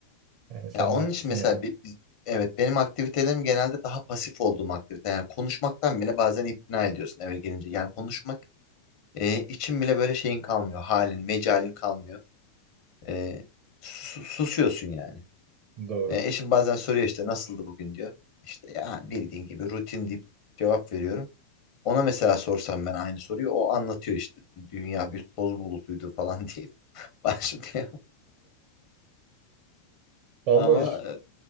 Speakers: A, on the right; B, on the left.
A: Yani sen
B: Ya onun
A: de haklısın
B: için mesela
A: yani
B: bi- bi- evet benim aktivitelerim genelde daha pasif olduğum aktivite. Yani konuşmaktan bile bazen ikna ediyorsun eve gelince. Yani konuşmak e, için bile böyle şeyin kalmıyor. Halin, mecalin kalmıyor. E, sus- susuyorsun yani.
A: doğru.
B: E, eşim bazen soruyor işte nasıldı bugün diyor. İşte ya bildiğin gibi rutin deyip cevap veriyorum. Ona mesela sorsam ben aynı soruyu o anlatıyor işte dünya bir toz bulutuydu falan diye <laughs> başlıyor.
A: <laughs> Vallahi
B: Ama
A: ş-
B: e,